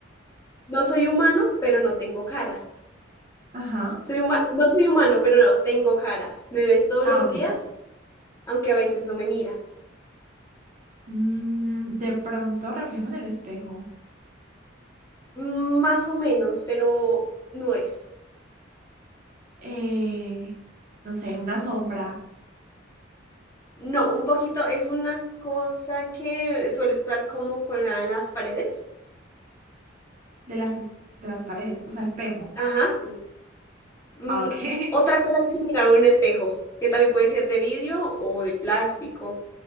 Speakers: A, on the left; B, on the right.
A: No soy humano, pero no tengo cara.
B: Ajá.
A: Soy huma- no soy humano, pero no tengo cara. Me ves todos
B: Ah,
A: los
B: ok.
A: días, aunque a veces no me miras.
B: Mm, de pronto reflejo en el espejo.
A: mm, Más o menos, pero no es.
B: eh, no sé, una sombra
A: No, un poquito es una cosa que suele estar como colgada en las paredes.
B: de las, es- de las paredes, o sea, espejo.
A: Ajá, sí. Mm,
B: Ah, ok.
A: otra
B: <laughs>
A: cosa que es similar a un espejo, que también puede ser de vidrio o de plástico